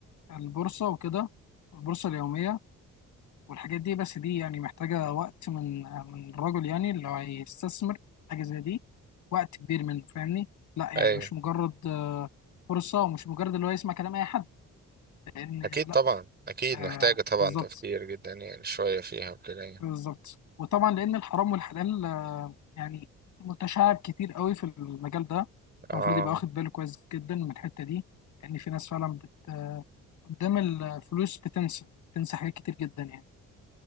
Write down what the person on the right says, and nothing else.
أيوة
أكيد
طبعا أكيد
محتاجة طبعا
تفكير جدا يعني شوية فيها وكده يعني
آه